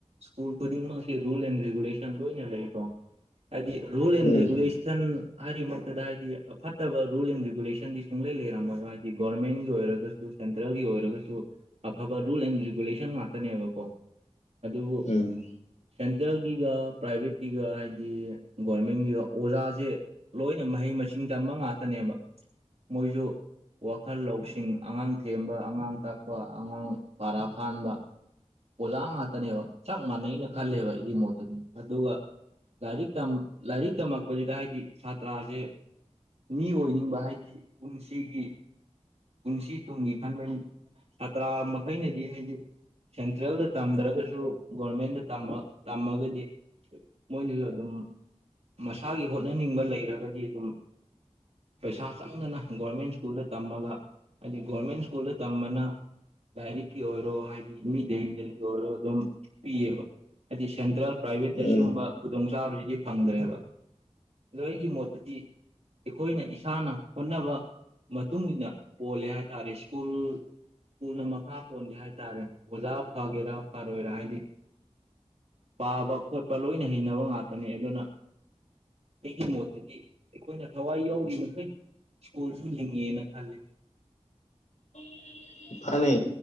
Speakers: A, on the right (about 60°); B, on the left (about 80°).
A: ꯁ꯭ꯀꯨꯜ ꯈꯨꯗꯤꯡꯃꯛꯁꯦ ꯔꯨꯜ ꯑꯦꯟ ꯔꯤꯒꯨꯂꯦꯁꯟ ꯌꯥꯝ ꯂꯣꯏꯅ ꯂꯩꯕ ꯍꯥꯏꯗꯤ ꯔꯨꯜ
B: ꯎꯝ
A: ꯑꯦꯟ ꯔꯦꯒꯨꯂꯦꯁ - ꯇꯟ ꯍꯥꯏꯔꯤ ꯃꯛꯇꯗ ꯍꯥꯏꯗꯤ ꯑ ꯐꯠꯇꯕ ꯔꯨꯜ ꯑꯦꯟ ꯔꯤꯒꯨꯂꯦꯁꯟꯗꯤ ꯁꯨꯡꯂꯩ ꯂꯩꯔꯝꯃꯣꯏ ꯍꯥꯏꯗꯤ ꯒꯣꯚꯔꯃꯦꯟ ꯑꯣꯏꯔꯒꯁꯨ ꯁꯦꯟꯇ꯭ꯔꯦꯜꯒꯤ ꯑꯣꯏꯔꯒꯁꯨ ꯑꯐꯕ ꯔꯨꯜ ꯑꯦꯟ ꯔꯤꯒꯨꯂꯦꯁꯟ ꯉꯥꯛꯇꯅꯦꯕꯀꯣ ꯑꯗꯨꯕꯨ
B: ꯎꯝ
A: ꯁꯦꯟꯇ꯭ꯔꯦꯜꯒꯤꯒ ꯄ꯭ꯔꯥꯏꯚꯦꯠꯀꯤꯒ ꯍꯥꯏꯗꯤ ꯒꯣꯚꯔꯃꯦꯟꯒꯤꯒ ꯑꯣꯖꯥꯁꯦ ꯂꯣꯏꯅ ꯃꯍꯩ ꯃꯁꯤꯡ ꯇꯝꯕ ꯉꯥꯛꯇꯅꯦꯕ ꯃꯣꯏꯁꯨ ꯋꯥꯈꯜ ꯂꯧꯁꯤ - ꯏꯡ ꯑꯉꯥꯡ ꯊꯦꯝꯕ ꯑꯉꯥꯡ ꯇꯥꯛꯄ ꯑꯉꯥꯡ ꯄꯔꯥ ꯐꯥꯍꯟꯕ ꯑꯣꯖꯥ ꯉꯥꯛꯇꯅꯦꯕ ꯆꯞ ꯃꯥꯟꯅꯩꯅ ꯈꯜꯂꯦꯕ ꯑꯩꯒꯤ ꯃꯣꯠꯇꯗꯤ ꯑꯗꯨꯒ ꯂꯥꯏꯔꯤꯛ ꯇꯝ ꯂꯥꯏꯔꯤꯛ ꯇꯝꯃꯛꯄꯖꯤꯗ ꯍꯥꯏꯗꯤ ꯁꯥꯇ꯭ꯔꯁꯦ ꯃꯤ ꯑꯣꯏꯅꯤꯡꯕ ꯍꯥꯏꯗꯤ ꯄꯨꯟꯁꯤꯒꯤ ꯄꯨꯟꯁꯤ ꯇꯨꯡꯒꯤ ꯈꯟꯕꯅꯤ ꯁꯥꯇ꯭ꯔ ꯃꯈꯩꯅꯗꯤ ꯍꯥꯏꯗꯤ ꯁꯦꯟꯇ꯭ꯔꯦꯜꯗ ꯇꯝꯗ꯭ꯔꯒꯁꯨ ꯒꯣꯚꯔꯃꯦꯟꯗ ꯇꯝꯃ- ꯇꯝꯃꯒꯗꯤ ꯃꯣꯏꯅꯁꯨ ꯑꯗꯨꯝ ꯃꯁꯥꯒꯤ ꯍꯣꯠꯅꯅꯤꯡꯕ ꯂꯩꯔꯒꯗꯤ ꯑꯗꯨꯝ ꯄꯩꯁꯥ ꯆꯪꯗꯅ ꯒꯣꯔꯃꯦꯟ ꯁ꯭ꯀꯨꯜꯗ ꯇꯝꯃꯒ ꯍꯥꯏꯗꯤ ꯒꯣꯔꯃꯦꯟ ꯁ꯭ꯀꯨꯜꯗ ꯇꯝꯕꯅ ꯂꯥꯏꯔꯤꯛꯀꯤ ꯑꯣꯏꯔꯣ ꯍꯥꯏꯗꯤ ꯃꯤ ꯗꯦꯃꯤꯜꯒꯤ ꯑꯣꯏꯔꯣ ꯑꯗꯨꯝ ꯄꯤꯌꯦꯕ ꯍꯥꯏꯗꯤ ꯁꯦꯟꯇ꯭ꯔꯦꯜ ꯄ꯭ꯔꯥꯏꯚꯦꯠꯇ
B: ꯎꯝ
A: ꯁꯤꯒꯨꯝꯕ ꯈꯨꯗꯣꯡ ꯆꯥꯕꯁꯤꯗꯤ ꯐꯪꯗ꯭ꯔꯦꯕ ꯗꯨ ꯑꯩꯒꯤ ꯃꯣꯠꯇꯗꯤ ꯑꯩꯈꯣꯏꯅ ꯏꯁꯥꯅ ꯍꯣꯠꯅꯕ ꯃꯇꯨꯡ ꯏꯟꯅ ꯄꯣꯜꯂꯦ ꯍꯥꯏꯇꯥꯔꯦ ꯁ꯭ꯀꯨꯜ ꯁ꯭ꯀꯨꯜꯅ ꯃꯈꯥ ꯄꯣꯟꯗꯦ ꯍꯥꯏꯇꯥꯔꯦ ꯑꯣꯖꯥ ꯐꯒꯦꯔꯥ ꯐꯔꯣꯏꯔꯥ ꯍꯥꯏꯗꯤ ꯄꯥꯕ ꯈꯣꯠꯄ ꯂꯣꯏꯅ ꯍꯩꯅꯕ ꯉꯥꯛꯇꯅꯦ ꯑꯗꯨꯅ ꯑꯩꯒꯤ ꯃꯣꯠꯇꯗꯤ ꯑꯩꯈꯣꯏꯅ ꯊꯋꯥꯏ ꯌꯥꯎꯔꯤꯃꯈꯩ ꯁ꯭ꯀꯨꯜꯁꯨ ꯂꯤꯡꯉꯦꯅ ꯈꯜꯂꯦ
B: <inaudible> ꯐꯅꯤ